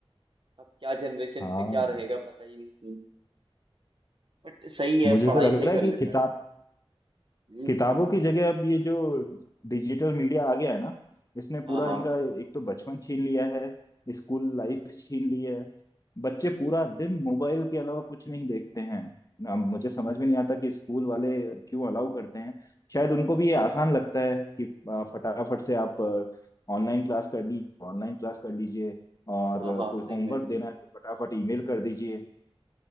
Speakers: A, on the right; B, on the left.
A: अब क्या जनरेशन
B: हाँ
A: पे क्या रहेगा पता ही नहीं सीन बट सही है
B: मुझे
A: पढ़ाई
B: तो लग
A: सही
B: रहा
A: कर
B: है कि
A: लेता
B: किताब
A: है हम्म
B: किताबों की जगह अब ये जो डिजिटल मीडिया आ गया है ना इसने
A: हाँ
B: पूरा
A: हाँ
B: इनका एक तो बचपन छीन लिया है स्कूल लाइफ छीन ली है बच्चे पूरा दिन मोबाइल के अलावा कुछ नहीं देखते हैं ना मुझे समझ में नहीं आता कि स्कूल वाले क्यों अलाउ करते हैं शायद उनको भी ये आसान लगता है कि आ, फटाफट से आप ऑनलाइन क्लास कर ली ऑनलाइन क्लास कर लीजिए और
A: हाँ हाँ
B: आ, कोई होमवर्क
A: सही में
B: देना है तो फटाफट ईमेल कर दीजिए